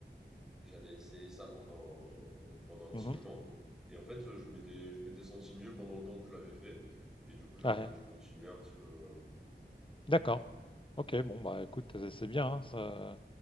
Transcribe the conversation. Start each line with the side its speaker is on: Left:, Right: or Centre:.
Centre: j'avais essayé ça pendant, pendant un petit
Left: Mhm.
Centre: moment. Et en fait, euh, je m'étais, je m'étais senti mieux pendant le temps que je l'avais fait. Et du coup, j'avais,
Left: ouais, ouais.
Centre: j'ai continué un petit peu. euh.
Left: D'accord. Ok, bon, bah écoute, c'est c'est bien. hein, ça-